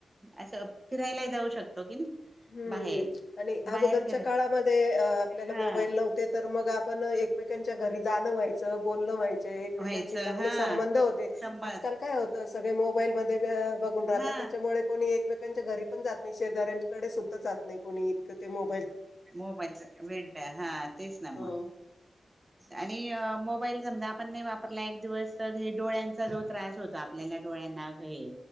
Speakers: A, on the right (about 25°); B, on the left (about 60°).
A: अस फिरायला जाऊ शकतो की नाही.
B: हम्मम्
A: बाहेर
B: आणि
A: बाहेर
B: अगोदरच्या
A: फिरा
B: काळामध्ये आपल्याला
A: हा
B: मोबाईल नव्हते तर मग आपण एकमेकांच्या घरी जाणं व्हायच बोलणं व्हायचं. एकमेकांची
A: व्हायचं
B: चांगले
A: हा
B: संबंध होते
A: संमत
B: आजकाल काय होत सगळे मोबाईल बघून राहतात
A: हा
B: त्याच्यामुळे कोणी एकमेकांच्या घरी पण जात नाही शेजारच्याकडे सुद्धा जात नाही. कोणी इतक मो
A: मोबाईल वेळ हा तेच ना
B: हो
A: म आणि मो मोबाईल समजा आपण नाही वापरला एक दिवस तर हे डोळ्यांचा जो त्रास होता आपल्याला डोळ्यांना हे